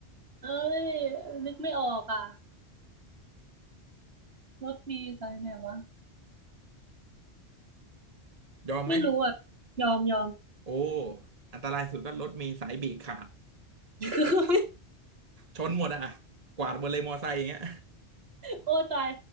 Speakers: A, on the right; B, on the right.
A: เอ้ยนึกไม่ออกอ่ะรถมีสายไหนวะ
B: ยอมไหม
A: ไม่รู้อ่ะยอมยอม
B: โอ้อันตรายสุดก็รถเมล์สายเบรกขาด
A: <laughs>
B: ชนหมดอ่ะกวาดหมดเลยมอไซค์อย่างเงี้ย
A: โอ้ตาย